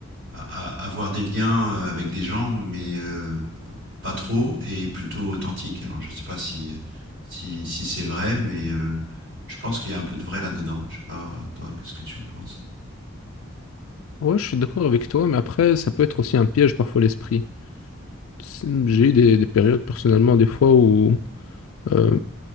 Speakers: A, on the right; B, on the left.
A: a- a- avoir des liens euh, avec des gens, mais euh, pas trop et plutôt authentiques. Alors, je ne sais pas si, si, si c'est vrai, mais euh, je pense qu'il y a un peu de vrai là-dedans. Je ne sais pas, toi, qu'est-ce que tu en penses
B: Ouais, je suis d'accord avec toi, mais après, ça peut être aussi un piège parfois l'esprit. C'est- J'ai eu des, des périodes personnellement, des fois où euh,